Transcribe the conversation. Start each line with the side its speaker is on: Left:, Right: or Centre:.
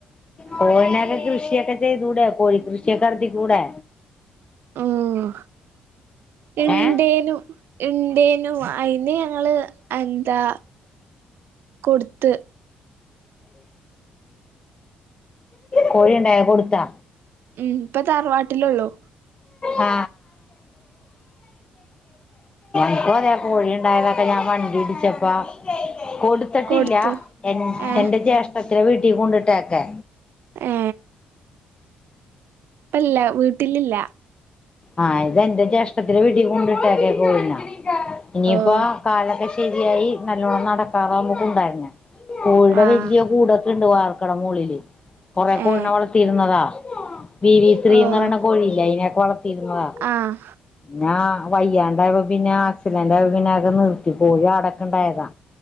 Right: അങ്ങനൊന്നുല്ല
Left: കോഴിയൊക്കെ കൃഷിയൊക്കെ ചെയ്തൂടെ കോഴി കൃഷി ഒക്കെ നടത്തികൂടെ
Right: ഉം ഇണ്ടേനു
Left: ഏ
Right: ഇണ്ടേ നു അയി പിന്നെ ഞങ്ങള് എന്താ കൊടുത്ത്
Left: കോഴിണ്ടായ കൊടുത്താ
Right: ഉം ഇപ്പൊ തറവാട്ടിലോള്ളൂ
Left: ആ നപ്പോ അതേ കോഴി ഉണ്ടായതൊക്കെ ഞാൻ വണ്ടി ഇടിച്ചപ്പാ കൊടുത്തിട്ടില്ല
Right: കൊടുത്തു
Left: എ
Right: ഏഹ്
Left: എന്റെ ജ്യേഷ് <unintelligible> വീട്ടിൽ കൊണ്ടിട്ടേക്കാ
Right: ഏ ഇപ്പല്ല വീട്ടിലില്ല
Left: ആഹ് ഇതെന്റെ ജ്യേഷ്ഠത്തിെന്റെ വീട്ടി കൊണ്ടിട്ടക്കെ കോഴിനെ ഇനിയിപ്പോ
Right: ഓഹ്
Left: കാലകഷി തിയായി നല്ലോണ്ണം നടക്കാറാകുമ്പോ കുണ്ടേരണം കോഴിയുടെ
Right: ആഹ്
Left: വലിയ കൂടൊക്കെ ഉണ്ട് വാർക്കട മളില് കൊറെ കോഴിനെ
Right: ഏഹ്
Left: വളർത്തിയിരുന്നതാ വി വി സ്ത്രീ
Right: ഓഹ്
Left: ന്ന് പറയണ കോഴയില്ല അയിന വള രുന്നുതാ
Right: ആഹ്
Left: ഞാ വയ്യാണ്ടപ്പോ പിന്നെ ആക്സിഡന്റായ പിന്നെ ഒക്കെ നിർത്തി കോഴി ആടക്കണ്ടായതാ